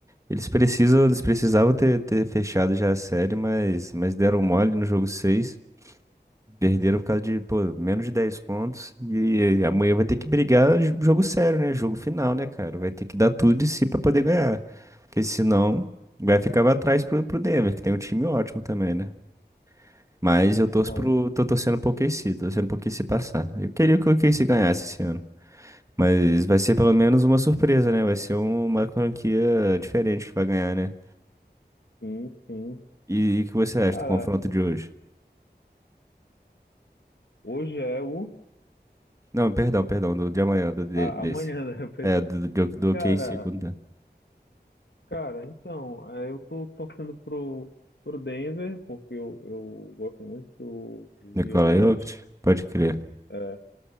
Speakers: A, on the right; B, on the left.
A: eles precisam, eles precisavam ter, ter fechado já a série, mas, mas deram mole no jogo 6. Perderam por causa de, pô, menos de 10 pontos. E amanhã vai ter que brigar j- jogo sério, né? Jogo final, né, cara? Vai ter que dar tudo de si pra poder ganhar. Porque senão vai ficar pra trás pro, pro Denver, que tem um time ótimo também, né? Mas eu torço
B: Cara,
A: pro, tô torcendo pro OKC, tô torcendo pro OKC passar. Eu queria que o OKC ganhasse esse ano. Mas vai ser pelo menos uma surpresa, né? Vai ser uma franquia diferente que vai ganhar, né?
B: sim, sim.
A: E e o que você acha
B: Cara,
A: do confronto de hoje?
B: hoje é o.
A: Não, perdão, perdão, do de amanhã, do de-
B: a-
A: desse.
B: amanhã, né? <laughs> Pois
A: É,
B: é.
A: do, do, do
B: Cara,
A: KC contra
B: Cara, então, é, eu tô torcendo pro, pro Denver, porque eu, eu gosto muito do
A: Nikola
B: Jokic,
A: Jokic, pode crer.
B: é,